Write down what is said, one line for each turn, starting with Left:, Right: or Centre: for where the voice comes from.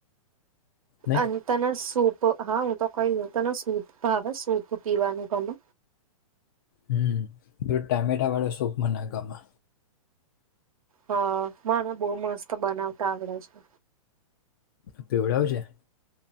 Left: નહી
Right: અને તને સૂપ હા હું તો કઈ દઉ તને સૂપ ભાવે સૂપ પીવાનું ગમે
Left: હમ ટામેટા વાળો સૂપ મનેગમેં
Right: હમ <unintelligible> બહુ મસ્ત બનાવતા આવડે છે.
Left: પીવડાવજે